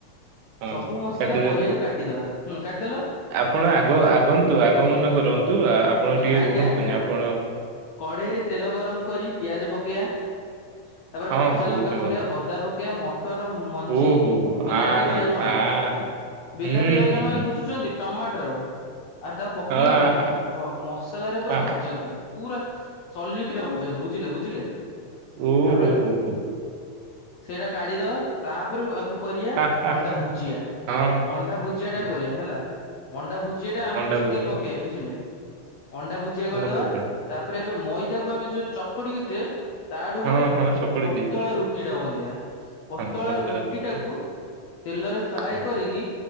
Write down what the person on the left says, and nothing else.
ସବୁ ମସଲା
ପରିବାକୁ କାଟି ଦବା ହୁଁ କାଟିଦେଲ।
ତାପରେ
ହୁଁ
ଆଜ୍ଞା
ଆଜ୍ଞା
କଢେଇରେ ତେଲ ଗରମ କରି ପିଆଜ ପକେଇବା ତାପରେ
କଞ୍ଚା
ଲଙ୍କା
ପକେଇବା
ଅଦା ପକେଇବା। କେ ମଟର ମଞ୍ଜି
ବିଲାତି
ବାଇଗଣ
ବିଲାତି
ବାଇଗଣ
ମାନେ
ବୁଝୁଛନ୍ତି ଟମାଟ୍ର। ଆରେ ତାକୁ ପକେଇକି
<unintelligible>
ଭ ମସଲାରେ ପୁରା
ଭାଜନ୍ତୁ ପୁରା ସଲିଟ୍ ରେ ଭାଜନ୍ତୁ ବୁଝିଲେ ବୁଝିଲେ।
ତାପରେ
ସେଇଟା କାଢିଦବା ତାପରେ <unintelligible> କରିଆ
ଅଣ୍ଡା ଭୁଜିଆ।
ଅଣ୍ଡା ଭୁଜିଆ ଟା
ପରିବା ହେଲା ଅଣ୍ଡା ଭୁଜିଆ ଟା ଆମେ
ଚିକେନ୍
ପକେଇବାନି ବୁଝିଲେ। ଅଣ୍ଡା ଭୁଜିଆ
କରିଦବା
ତାପରେ ଏବେ ମଇଦାକୁ ଆମେ ଯୋ ଚକଡିି ଚେ ତାଠୁ
ଗୋଟେ
ଉଁ ପତଳା
ରୁଟି ଟା ବନ୍ଧେଆ ପତଳା
ରୁଟିଟାକୁ
ତେଲରେ ଫ୍ରାଏ
କରିକି